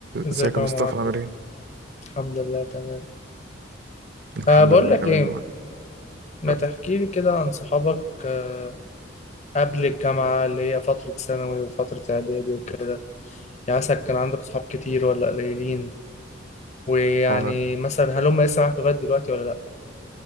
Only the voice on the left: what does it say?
ازيك
يا
عمر عامل
ايه؟
الحمد لله تمام
أه بقول
لك
ايه
ما
تحكي
لي كده عن صحابك آه، قبل الجامعة اللي هي فترة ثانوي وفترة اعدادي وكده يعني مثلا كان عندك صحاب كتير ولا قليلين ويعني
مثلا هل هم لسه معاك لغاية دلوقتي ولا لا